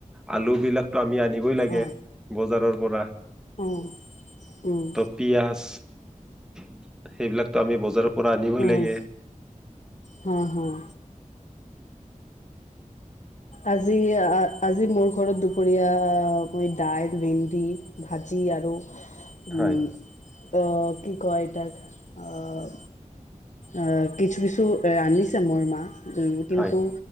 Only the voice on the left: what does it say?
অ
উম উম
উম
হা হা আজি অ'- আজি মোৰ ঘৰত দুপৰীয়া মই দাইল, ভিন্দি, ভাজি আৰু উম।
অ' কি কয় তাক, অ', অ' কিছু - কিছু ৰানিছে মোৰ মা। কিন্তু